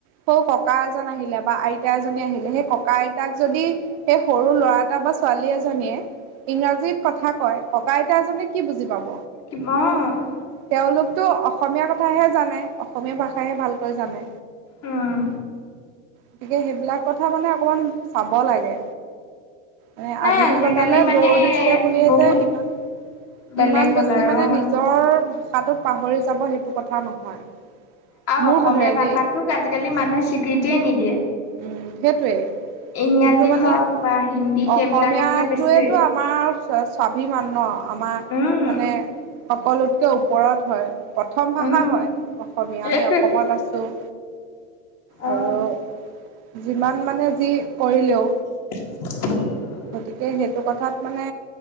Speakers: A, on the right; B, on the left.
A: সৌ ককা এজন আহিলে বা আইতা এজনী আহিলে, সেই ককা-আইতাক যদি- সেই সৰু ল'ৰা এটা বা ছোৱালী এজনীয়ে ইংৰাজীত কথা কয়, ককা-আইতা এজনীক কি বুজি পাব।
B: কিবা অ',
A: তেওঁলোকেতো অসমীয়া কথাহে জানে। অসমীয়া ভাষাহে ভালকৈ জানে।
B: উম্।
A: গতিকে, সেইবিলাক কথা মানে অকণমান চাব লাগে। মানে
B: নাই
A: আধুনিকতালৈ
B: আজিকালি মানে
A: দৌৰ দিছে বুলিয়ে
B: বহুত
A: যে ইমান-
B: বেলেগ
A: ইমান বেছি
B: হ'ল আৰু
A: মানে
B: অ
A: নিজৰ ভাষাটোক পাহৰি যাব, সেইটো কথা নহয়।
B: আৰু
A: মোৰ
B: অসমীয়া
A: বোধেৰে
B: ভাষাটোক
A: দেই।
B: আজিকালি মানুহে স্বীকৃতিয়ে নিদিয়ে
A: উম্, সেইটোৱে
B: ইংৰাজী
A: কিন্তু মানে
B: হওক বা হিন্দী সেইবিলাককহে
A: অসমীয়াটোৱে
B: বেছি
A: আমাৰ স্বাভিমান ন। আমাৰ
B: উম
A: মানে সকলোতকে ওপৰত হয়। প্ৰথম ভাষা
B: উম
A: হয় অসমীয়া
B: সেইটোৱেটো
A: আমি অসমত আছোঁ। আৰু
B: অ
A: যিমান মানে যি কৰিলেও
B: <inaudible>
A: গতিকে সেইটো কথাত মানে